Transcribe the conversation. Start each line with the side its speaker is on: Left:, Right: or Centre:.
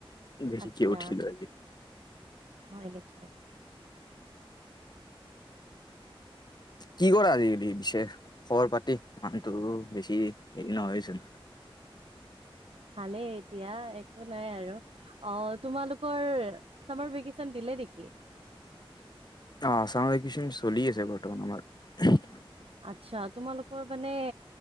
Left: দেৰীকে
Right: আচ্ছা
Left: উঠিলো আজি।
Right: হয় নেকি
Left: কি কৰা আজিকালি পিছে খবৰ-পাতি মানুহটো বেছি হেৰি নহয়চোন।
Right: ভালেই এতিয়া একো নাই আৰু অ' তোমালোক। তোমাৰ চামাৰ ভেকেচন দিলে নেকি?
Left: অ' আ চামাৰ ভেকেচন চলি আছে বৰ্তমান আমাৰ
Right: আচ্ছা তোমালোকৰ মানে